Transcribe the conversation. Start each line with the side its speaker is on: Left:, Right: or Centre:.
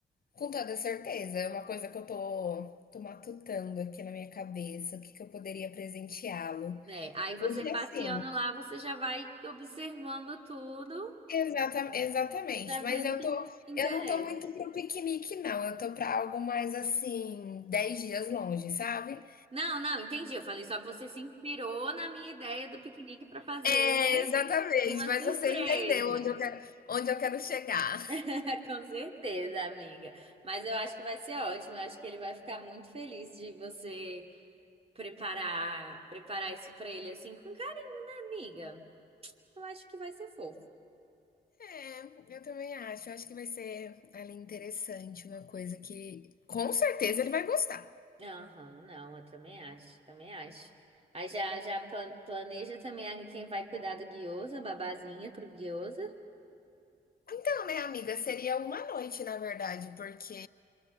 Left: com toda certeza. É uma coisa que eu tô, tô matutando aqui na minha cabeça, o que que eu poderia presenteá-lo.
Right: É, aí você
Left: Porque
Right: passeando
Left: assim.
Right: lá, você já vai observando tudo
Left: Exata exatamente,
Right: pra
Left: mas
Right: ver
Left: eu
Right: o que
Left: tô
Right: te interessa.
Left: eu não tô muito pro piquenique não, eu tô para algo mais, assim, 10 dias longe, sabe.
Right: Não, não, entendi. Eu falei só que você se inspirou na minha ideia do piquenique pra fazer
Left: É, exatamente,
Right: uma
Left: mas
Right: surpresa.
Left: você entendeu onde eu quero onde eu quero chegar.
Right: <laughs> Com certeza, amiga. Mas eu acho que vai ser ótimo. Eu acho que ele vai ficar muito feliz de você preparar, preparar isso pra ele assim com cara, amiga. Eu acho que vai ser fofo.
Left: É, eu também acho, eu acho que vai ser ali interessante, uma coisa que com certeza ele vai gostar.
Right: Aham, não, eu também acho, também acho. Aí já, já pla- planeja também aí quem vai cuidar do guiosa, a babazinha pro guiosa.
Left: Então, né, amiga, seria uma noite, na verdade, porque